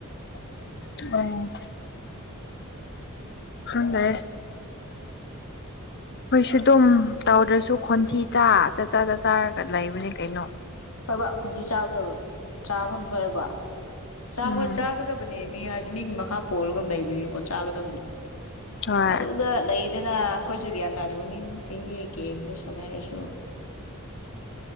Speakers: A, on the left (about 50°); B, on the left (about 75°).
A: <unintelligible> ꯈꯪꯗꯔ‌ꯦ ꯈ‌ꯣꯏꯁꯨ ꯑꯗꯨꯝ ꯇꯧꯗ꯭ꯔꯁꯨ ꯈꯣꯟꯊꯤ ꯆꯥ ꯆꯠ ꯆꯥ ꯆ ꯆꯥꯔꯒ ꯂꯩꯕꯅꯦ ꯀꯩꯅꯣ
B: ꯍꯣꯏꯕ ꯈꯣꯟꯊꯤ ꯆꯥꯕꯗ‌ꯣ ꯆꯥꯐꯝ ꯊꯣꯛꯑꯦꯕ ꯆꯥ
A: ꯎꯝ
B: ꯍ‌ꯣꯏ ꯆꯥꯒꯗꯕꯅꯤ ꯃꯤ ꯍꯥꯏ ꯃꯤꯒꯤ ꯃꯈꯥ ꯄꯣꯜꯂꯒ ꯂꯩꯕꯅꯤꯅꯀꯣ ꯆꯥꯒꯗꯕꯅꯦ
A: ꯍꯣꯏ
B: ꯑꯗꯨ ꯗ ꯂꯩꯗꯅ ꯑꯩꯈꯣꯏꯁꯨ ꯒ꯭ꯌꯥꯟ ꯇꯥꯗꯕ ꯃꯤꯒꯤ ꯅꯠꯇꯦꯍ‌ꯦ ꯒꯦꯝꯗ ꯁꯥꯟꯅꯔꯁꯨ